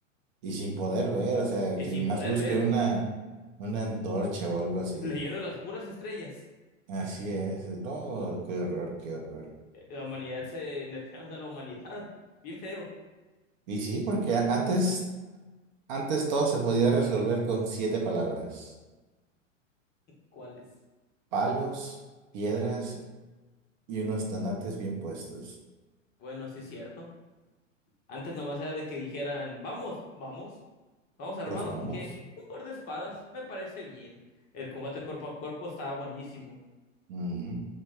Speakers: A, on the right; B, on the left.
A: Y sin poder ver, o sea,
B: y
A: sin
B: sin poder
A: más luz
B: ver.
A: que una, una antorcha o algo así.
B: Leyendo las puras estrellas.
A: Así es. No, qué horror, qué horror.
B: Eh, La humanidad se nerfearon a la humanidad. <laughs> Bien feo.
A: Y sí, porque a- antes, antes todo se podía resolver con siete palabras.
B: ¿Cuáles?
A: Palos, piedras y unos tanates bien puestos.
B: Bueno, sí es cierto. Antes nomás era de que dijeran, vamos, vamos, vamos armados
A: Pues vamos.
B: con qué? Un par de espadas, me parece bien. El combate cuerpo a cuerpo estaba buenísimo.
A: Ujú.